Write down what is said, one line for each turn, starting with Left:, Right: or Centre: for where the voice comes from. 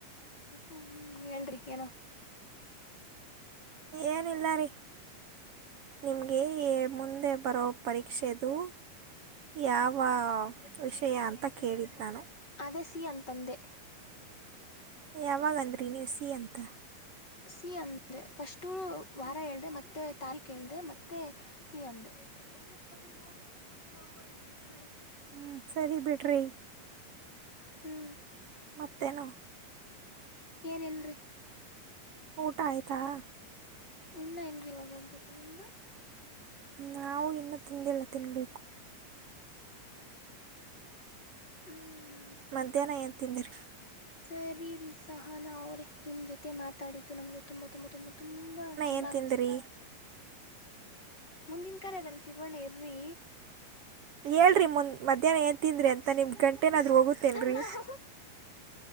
Left: ಹ್ಮ್ ಹೇಳ್ರಿ ಏನೋ. <unintelligible>
Right: ಏನಿಲ್ಲ ರೀ ನಿಮಗೆ ಎ ಮುಂದೆ ಬರೋ ಪರೀಕ್ಷೆದು ಯಾವ
Left: ಯಾಕ್ ಮನೆಗ್
Right: ವಿಷಯ
Left: ಹೋಗೊ
Right: ಅಂತ
Left: ಟೇಂಷನ್
Right: ಕೇಳಿದ್ದು
Left: ಯಾವುದಕ್ಕೆ ಮಾಡಿಕೊಂಡೆ.
Right: ನಾನು
Left: ಅದೇ ಸಿ ಅಂತಂದೆ.
Right: ಯಾವಾಗ ಅಂದ್ರರಿ ನೀವು ಸಿ ಅಂತ
Left: ಸಿ ಅಂದೆ ಫಸ್ಟು ವಾರ ಹೇಳ್ದೆ ಮತ್ತೆ ತಾರೀಕ್ ಹೇಳ್ದೆ ಮತ್ತೆ ಸಿ ಅಂದೆ ಬಂದಷ್ಟು ಬರತ್ತೈದ್ ಹೋಗ್ ಹದಿನೈದ್ ಸಾವಿರ ರೂಪಾಯಿದಾಗ ಜೀವನ ನೆಡ್ಸ
Right: ಹ್ಮ ಸರಿ ಬಿಡ್ರಿ
Left: ಹ್ಮ್
Right: ಮತ್ತೇನು
Left: ಏನ್ ಇಲ್ರಿ
Right: ಊಟ ಆಯ್ತಾ
Left: ಇನ್ನ ಇಲ್ರಿ ಇವಾಗ್ ಹೋಗ್ಬೇಕು ನಿಮ್ದು
Right: ನಾವು ಇನ್ನ ತಿಂದಿಲ್ಲ ತಿನ್ಬೇಕು
Left: ಹ್ಮ್
Right: ಮಧ್ಯಾಹ್ನ ಏನ್ ತಿಂದ್ರೀ
Left: ಸರಿ ರೀ ಸಹನಾ ಅವ್ರೇ ನಿಮ್ ಜೊತೆ ಮಾತಾಡಿದ್ದು ನಮ್ಗೆ ತುಂಬಾ ತುಂಬಾ ತುಂಬಾ ತುಂಬಾ ಚನ್ನ್
Right: ಏನ್ ತಿಂದ್ರಿ
Left: ಮುಂದಿನ ಕರೆ ಅದಲ್ಲಿ ಸಿಗೋಣ ಇರ್ರಿ
Right: ಹೇಳ್ರಿ ಮುಂದ್ ಮಧ್ಯಾಹ್ನ ಏನ್ ತಿಂದ್ರೀ ಅಂತ ನಿಮ್ಗೆ ಗಂಟ್ ಏನಾದ್ರೂ ಹೋಗುತ್ತೇನ್ ರೀ
Left: ನಾವು